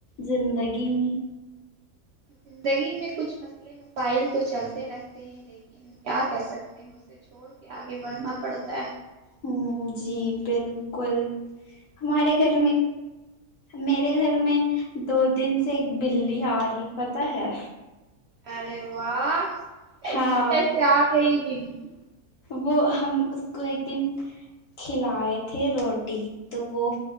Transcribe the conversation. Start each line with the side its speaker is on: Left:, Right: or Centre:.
Left: زندگی میں
Right: زندگی میں کچھ مسئلے مسائل تو چلتے رہتے ہیں لیکن کیا کر سکتے ہیں اسے چھوڑ کے آگے بڑھنا پڑتا ہے
Left: ہمم جی بالکل ہمارے گھر میں میرے گھر میں دو دن سے ایک بلی آ رہی پتہ ہے
Right: ارے واہ ایسے
Left: ہاں
Right: کسے آگئی بللی
Left: وہ ہم اس کو ایک دن کھلائے تھے روٹی تو وہ